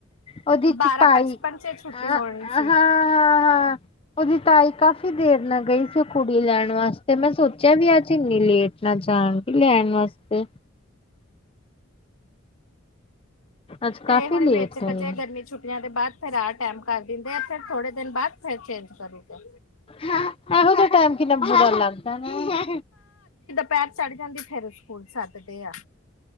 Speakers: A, on the left; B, on the left.
A: ਉਹਦੇ ਚ
B: ਬਾਰਾਂ
A: ਤਾਈ
B: ਪਚਪਨ ਚ ਛੁੱਟੀ
A: ਹ
B: ਹੋਣੀ
A: ਹ
B: ਸੀ
A: ਹ ਉਹਦੀ ਤਾਈ ਕਾਫ਼ੀ ਦੇਰ ਨਾ ਗਈ ਸੀ ਉਹ ਕੁੜੀ ਲੈਣ ਵਾਸਤੇ ਮੈਂ ਸੋਚਿਆ ਵੀ ਅੱਜ ਇੰਨੀ ਲੇਟ ਨਾ ਜਾਣ। ਲਿਆਣ ਵਾਸਤੇ। ਅੱਜ
B: ਤੇ
A: ਕਾਫ਼ੀ
B: ਹੁਣ
A: ਲੇਟ
B: ਵੇਚ ਕੇ
A: ਗਈ।
B: ਜੇ ਗਰਮੀ ਚ। ਛੁੱਟੀਆਂ ਦੇ ਬਾਅਦ ਫਿਰ ਆਹ ਟਾਈਮ ਕਰ ਦਿੰਦੇ ਆ ਫਿਰ ਥੋੜੇ ਦਿਨ ਬਾਅਦ ਫਿਰ ਚੇਂਜ ਕਰੂਗਾ।
A: ਇਹੋ ਜੈ ਟਾਈਮ ਕਿਨਾ ਲੱਗਦਾ ਵਾ।
B: ਪੈਰ ਚੜ ਜਾਂਦੀ ਫੇਰ ਸਕੂਲ ਸੱਦਦੇ ਆ